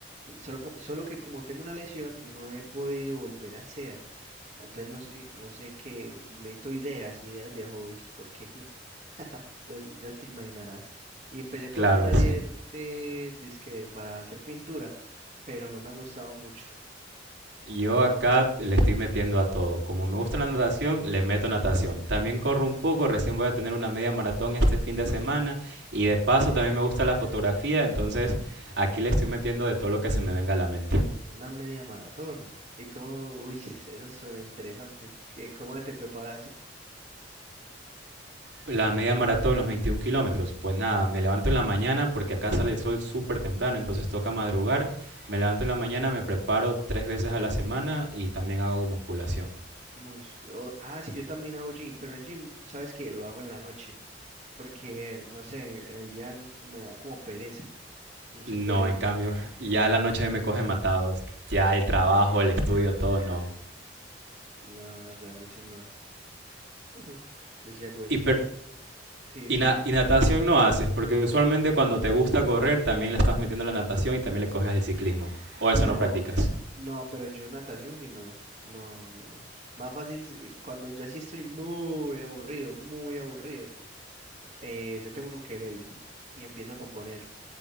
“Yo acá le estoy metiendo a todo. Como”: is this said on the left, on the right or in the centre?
Right